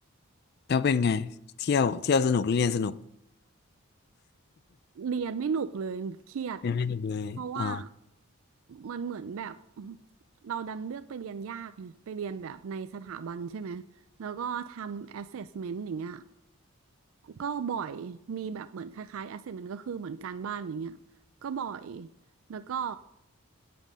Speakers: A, on the left (about 45°); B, on the right (about 70°).
A: แล้วเป็นไงเที่ยวเที่ยวสนุกหรือเรียนสนุก
B: เรียนไม่หนุกเลยเครียด
A: เรียนไม่สนุกเลยอ๋อ
B: เพราะว่ามันเหมือนแบบเราดันเลือกไปเรียนยากไงไปเรียนแบบในสถาบันใช่ไหมแล้วก็ทำ assessment อย่างเงี้ยก็บ่อยมีแบบเหมือนคล้ายๆ assessment ก็คือเหมือนการบ้านอย่างเงี้ยก็บ่อยแล้วก็